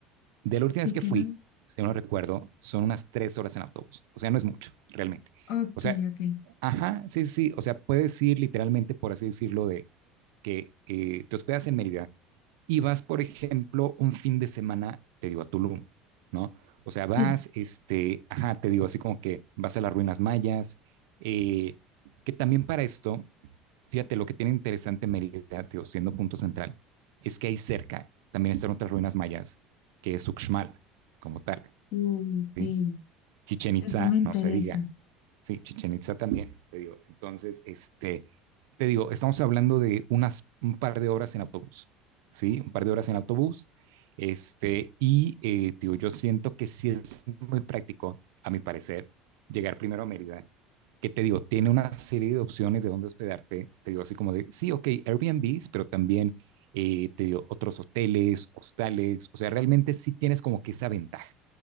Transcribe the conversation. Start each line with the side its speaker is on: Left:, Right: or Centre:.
Right: de la última
Left: Sí
Right: vez que
Left: que
Right: fui,
Left: nos.
Right: si no recuerdo, son unas tres horas en autobús. O sea, no es mucho, realmente.
Left: Ok,
Right: O sea,
Left: ok.
Right: ajá, sí, sí. sí. O sea, puedes ir literalmente, por así decirlo, de que eh, te hospedas en Mérida y vas, por ejemplo, un fin de semana, te digo, a Tulum, ¿no? O sea,
Left: Sí.
Right: vas, este, ajá, te digo, así como que vas a las ruinas mayas, eh, que también para esto fíjate, lo que tiene interesante Mérida, tío, siendo punto central, es que ahí cerca también están otras ruinas mayas, que es Uxmal, como tal.
Left: Ok.
Right: ¿sí? Chichen Itza,
Left: Eso me interesa.
Right: no se diga. Sí, Chichen Itza también, te digo. Entonces, este, te digo, estamos hablando de unas, un par de horas en autobús, ¿sí? Un par de horas en autobús. Este, y, eh, tío, yo siento que sí es muy práctico, a mi parecer, llegar primero a Mérida que te digo, tiene una serie de opciones de dónde hospedarte. Te digo así como de, sí, ok, Airbnbs, pero también eh, te digo otros hoteles, hostales. O sea, realmente sí tienes como que esa ventaja,